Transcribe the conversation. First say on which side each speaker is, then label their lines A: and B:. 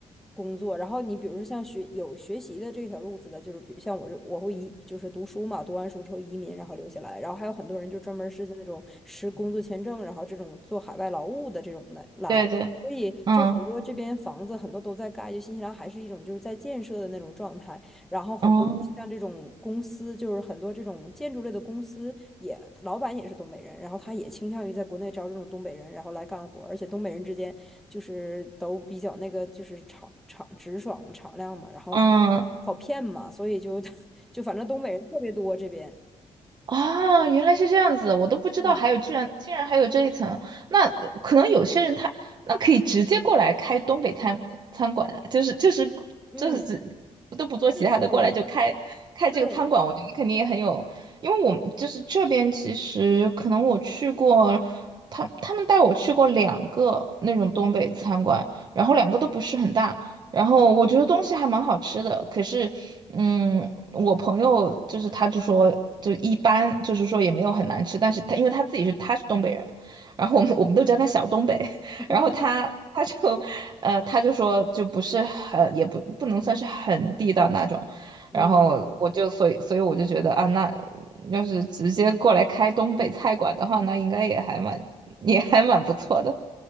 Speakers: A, in the centre; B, on the right.
A: 工作，然后你比如说像学有学习的这条路子的，就是比如像我这我会移，就是读书嘛，读完书之后移民，然后留下来，然后还有很多人就专门是那种持工作签证，然后这种做海外劳务的这种的来。
B: 对对，
A: 所以，
B: 嗯
A: 就很多这边房子很多都在盖，就新西兰还是一种就是在建设的那种状态。然后很多像这种公司，
B: 嗯
A: 就是很多这种建筑类的公司也，老板也是东北人，然后他也倾向于在国内招这种东北人，然后来干活儿而且东北人之间就是都比较那个，就是敞敞直爽嘛，敞亮嘛，然后
B: 嗯，
A: 好骗嘛，所以就 <laughs> 就反正东北人特别多这边，
B: 啊，原来是这样子，我都不知道还有居然竟然还有这一层。
A: 嗯
B: 那呃可能有些人他那可以直接过来开东北餐餐馆啊，就是就是就是只都不做其他的，
A: 嗯，就是人，
B: 过来就开开这个餐馆，
A: 对，
B: 我觉得肯定也很有，因为我们就是这边其实可能我去过，他他们带我去过两个那种东北餐馆，然后两个都不是很大。然后我觉得东西还蛮好吃的，可是，嗯，我朋友就是他就说就一般，就是说也没有很难吃，但是他因为他自己是他是东北人嘛然后我们我们都叫他小东北，<laughs>
A: <laughs>
B: 然后他他就呃他就说就不是很也不不能算是很地道那种，
A: 嗯嗯。
B: 然后我就所以所以我就觉得啊，那要是直接过来开东北菜馆的话，那应该也还蛮也还蛮不错的。